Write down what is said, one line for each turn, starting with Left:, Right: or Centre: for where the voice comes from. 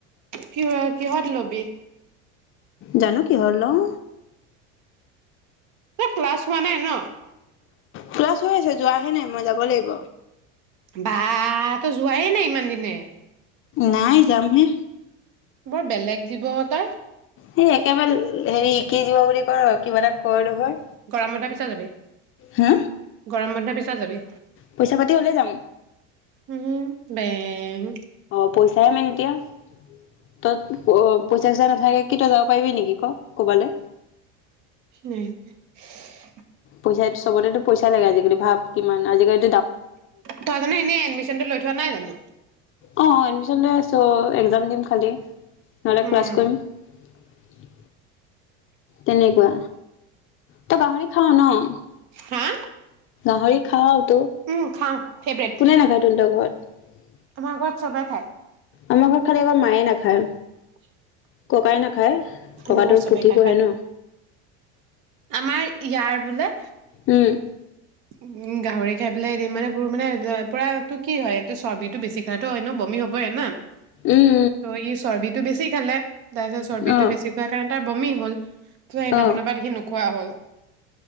Right: কিহত কিহত লবি?
Left: জানো কিহত লও!
Right: ক্লাছ হোৱা নাই ন?
Left: ক্লাছ হৈ আছে যোৱাহে নাই মই যাব লাগিব
Right: বা তো যোৱাই নাই ইমান দিনে
Left: নাই যাম হে।
Right: বৰ বেলেগ জীৱ তাই!
Left: সেই একেবাৰে হেৰি শিকি যিব বুলি কয় কিবা এটা কয় নহয়
Right: গৰম বন্ধ পিছত যাবি,
Left: হা
Right: গৰম বন্ধ পিছত যাবি
Left: পইচা পাতি হ'লে যাম
Right: উম, বে। পেই
Left: অ' পইচাহে মানে এতিয়া, তই পইচা চইচা নাথাকে। কি, তই যাব পাৰিবি নেকি ক' ক'বালে।
Right: <unintelligible>
Left: পইচা চবতেতো পইচা লাগে আজিকালি ভাৱ কিমান আজিকালি
Right: তই জানো এনেই এডমিশনটো লৈ থোৱা নাই জানো
Left: অ' এডমিশ্যন লৈ আছো, এক্জাম দিম খালি। নহলে
Right: উম,
Left: ক্লাছ কৰিম, তেনেকুৱা? তই গাহৰি খাৱ ন?
Right: হা!
Left: গাহৰি খাওঁ।
Right: উম খাওঁ ফেভৰেট
Left: কোনে নাখায় তুহটৰ ঘৰত <unintelligible>
Right: আমাৰ ঘৰত চবে খায়।
Left: আমাৰ ঘৰত খালি অকল মায়ে নাখায়।
Right: <unintelligible>
Left: ককাই নাখায়, ককাটো
Right: আমাৰ ঘৰত চবে
Left: পুঠি
Right: খাই
Left: পঢ়ে
Right: পাই
Left: ন।
Right: আমাৰ ইয়াৰ বোলে।।
Left: উম।
Right: উ গাহৰি খাই পেলাই বেমাৰ বোৰ মানে পুৰাটো কি হয় এইটো চৰ্বিতটো বেছি খাইতো ন বমি হবইে না?
Left: উম
Right: ত এই চৰ্বি।। টো বেছি খালে। তাই যে চৰ্বিতো
Left: উম অ
Right: বেছি খোৱা কাৰণে।। তাৰ বমি হ'ল? যোৱা সেইদিনা
Left: অ
Right: খনৰ পৰা দেখি মোক।। খোৱা হ'ল।